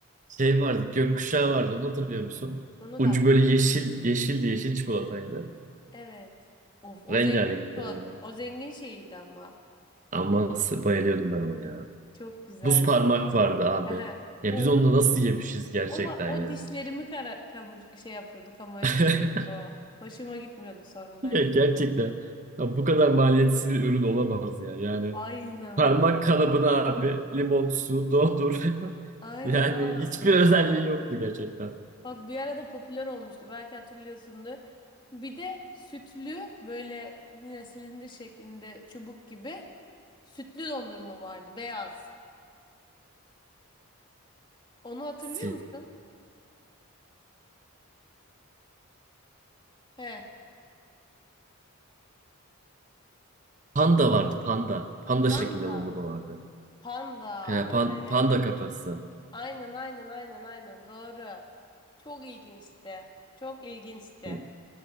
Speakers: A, on the right; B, on the left.
A: Şey vardı. Gökkuşağı vardı. Onu hatırlıyor musun?
B: Onu
A: Ucu
B: da
A: böyle yeşil, yeşildi. Yeşil çikolataydı.
B: Evet. Of o
A: Rengarenkti
B: zengin çikolata-
A: böyle.
B: o zengin şeyiydi ama.
A: Ama s- bayılıyordum ben ona ya.
B: Çok güzel.
A: Buz parmak vardı abi.
B: Aha.
A: Ya
B: O
A: biz onu nasıl yemişiz gerçekten
B: o va- o
A: ya.
B: dişlerimi kara kamış şey yapıyordu, kamaştırıyordu.
A: <laughs>
B: o. Hoşuma gitmiyordu sonradan
A: Ya
B: yedikten.
A: gerçekten. Ya bu kadar maliyetsiz bir ürün olamaz ya. Yani
B: Aynen.
A: Parmak
B: bu-
A: kalıbını abi limon su dondur. <laughs>
B: Aynen
A: Yani
B: ha.
A: hiçbir özelliği yoktu gerçekten.
B: Bak bir arada popüler olmuştu. Belki hatırlıyorsundur. Bir de sütlü böyle yine silindir şeklinde çubuk gibi sütlü dondurma vardı beyaz. Onu hatırlıyor
A: Si-
B: musun? He.
A: Panda vardı panda. Panda
B: Panda.
A: şeklinde dondurma vardı.
B: Panda.
A: Ya, pan-
B: Evet.
A: panda kafası.
B: Aynen aynen aynen aynen doğru. Çok ilginçti. Çok ilginçti.
A: Hı,